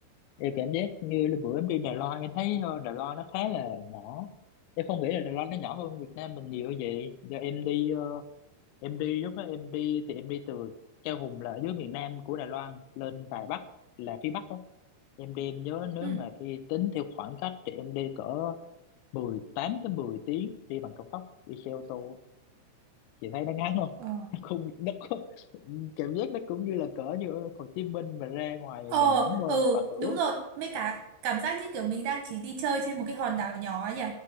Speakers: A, on the left; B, on the right.
A: em cảm giác như là bữa em đi Đài Loan em thấy ờ, Đài Loan nó khá là nhỏ em không nghĩ là Đài Loan nó nhỏ hơn Việt Nam mình nhiều như vậy giờ em đi ờ, em đi lúc đó em đi thì em đi từ Chao Hùng là ở dưới miền Nam của Đài Loan lên Đài Bắc là phía Bắc đó em đi em nhớ nếu
B: Ừ.
A: mà đi tính theo khoảng cách thì em đi cỡ 18 tới 10 tiếng đi bằng cao tốc đi xe ô tô chị thấy nó ngắn không
B: Ờ,
A: <laughs> nó không nó có, cảm giác nó cũng như là cỡ như ở Hồ Chí Minh mà ra ngoài
B: ờ,
A: Đà Nẵng thôi
B: ừ,
A: bằng nửa
B: đúng rồi. Mấy cả cảm giác như kiểu mình đang chỉ đi chơi trên một cái hòn đảo nhỏ ấy nhỉ?